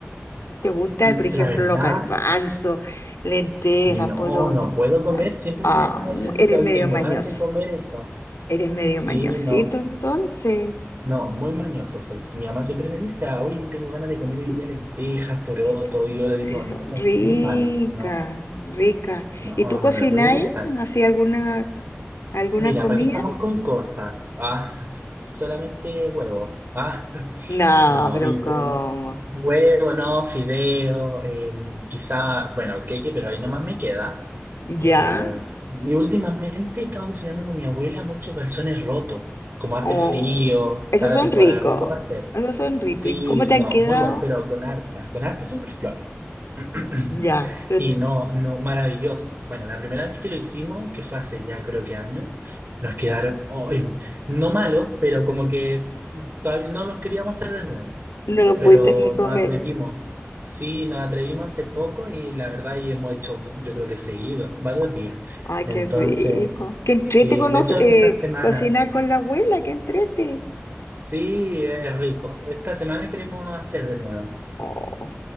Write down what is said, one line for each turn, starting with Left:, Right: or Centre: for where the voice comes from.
Left: ¿te gusta,
Right: Mm,
Left: por ejemplo,
Right: La verdad,
Left: los garbanzos, lentejas,
Right: no,
Left: poroto?
Right: no puedo comer.
Left: Ah,
Right: Siempre
Left: ah,
Right: mi mamá a
Left: mm,
Right: veces dice,
Left: eres
Right: hoy
Left: medio
Right: tengo
Left: mañoso.
Right: ganas de comer eso.
Left: Eres medio
Right: Sí,
Left: mañosito,
Right: no.
Left: entonces.
Right: No, muy mañoso soy. Si Mi mamá siempre me dice, "Ah, hoy tengo ganas de comer hoy día lentejas, poroto.
Left: Po-
Right: Y yo le digo,
Left: Sí, son
Right: no,
Left: ricas,
Right: muy malo. No,
Left: ricas.
Right: no,
Left: ¿Y tú cocináis?
Right: no me puede gustar.
Left: ¿Hacías alguna, alguna
Right: Mira,
Left: comida?
Right: ¿para qué estamos con cosas? Ah, <laughs> solamente huevo. Ah.
Left: No,
Right: No,
Left: pero
Right: y
Left: ¿cómo?
Right: te- es huevo, no, fideo, em, quizá, bueno, queque, pero ahí nomás me queda.
Left: ¿Ya?
Right: Eh, y últimamente he estado cocinando con mi abuela muchos calzones rotos. Como hace
Left: Oh,
Right: frío,
Left: esos
Right: está la
Left: son
Right: temporada
Left: ricos.
Right: rico para hacer.
Left: Esos son ricos.
Right: Sí,
Left: ¿Y cómo te
Right: no,
Left: han quedado?
Right: muy bueno, pero con harta, con harta superflor. <clears throat>
Left: Ya. Pero
Right: Y no, no, maravilloso. Bueno, la primera vez que lo hicimos, que fue hace ya creo que años, nos quedaron, ay, no malos, pero como que todavía no los queríamos hacer de nuevo
Left: No lo
Right: pero
Left: pudiste ni comer.
Right: nos atrevimos. Sí, nos atrevimos hace poco y la verdad y hemos hecho, yo creo que seguido, varios días.
Left: Ay,
Right: Entonces,
Left: qué rico. qué entrete
Right: sí,
Left: con
Right: de hecho
Left: eh,
Right: esta semana,
Left: cocinar con la abuela, qué entrete.
Right: sí, es rico. Esta semana queremos hacer de nuevo.
Left: Oh,